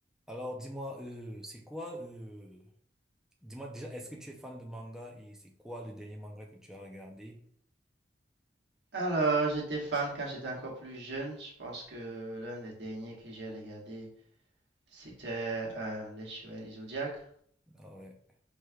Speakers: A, in the centre; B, on the right.
A: Alors, dis-moi, euh, c'est quoi, euh, dis-moi déjà, est-ce que tu es fan de manga et c'est quoi le dernier manga que tu as regardé?
B: Alors, j'étais fan quand j'étais encore plus jeune. Je pense que l'un des derniers que j'ai regardé, c'était euh, Les Chevaliers du Zodiaque.
A: Ah ouais,